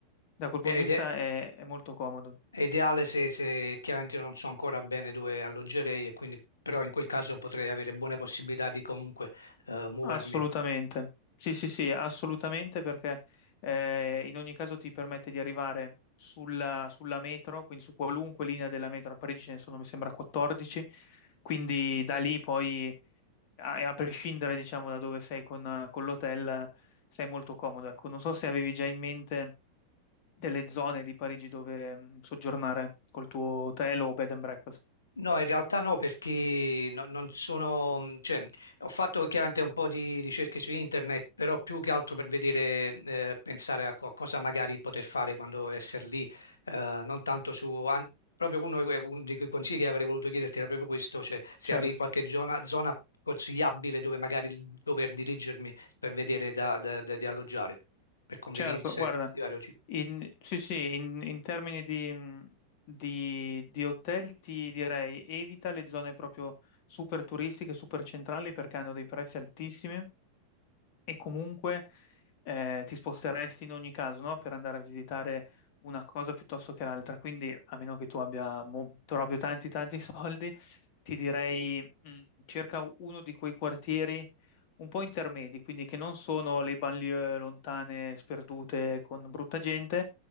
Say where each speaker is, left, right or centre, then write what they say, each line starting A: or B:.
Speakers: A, on the left; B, on the left.
A: da quel punto
B: Ed
A: di vista
B: è,
A: è, è molto comodo,
B: è ideale se, se chiaramente io non so ancora bene dove alloggerei, e quindi, però in quel caso potrei avere buone possibilità di comunque eh, muovermi.
A: assolutamente. Sì, sì, sì, assolutamente perché eh, in ogni caso ti permette di arrivare sulla, sulla metro, quindi su qualunque linea della metro, a Parigi ce ne sono, mi sembra, 14, quindi da lì poi, a, a prescindere, diciamo, da dove sei con, con l'hotel, sei molto comodo. Ecco, non so se avevi già in mente delle zone di Parigi dove mh, soggiornare col tuo hotel o bed and breakfast.
B: No, in realtà no, perché no- non sono, mh, cioè, ho fatto chiaramente un po' di ricerche su internet, però più che altro per vedere, eh, pensare a co- cosa magari poter fare quando essere lì, eh, non tanto su, an- proprio uno di que- uno di quei consigli che avrei voluto chiederti era proprio questo, cioè se
A: Certo.
B: avevi qualche zona, zona consigliabile dove magari dover dirigermi per vedere da, da- da- di alloggiare, per convenienze
A: Certo, guarda,
B: di vario tipo.
A: in- sì, sì, in, in termini di, mh, di- di hotel ti direi evita le zone proprio super turistiche, super centrali perché hanno dei prezzi altissimi e comunque eh, ti sposteresti in ogni caso, no? Per andare a visitare una cosa piuttosto che l'altra. Quindi, a meno che tu abbia mo- proprio tanti, tanti soldi, ti direi mh, cerca uno di quei quartieri un po' intermedi, quindi che non sono le banlieue lontane, sperdute, con brutta gente,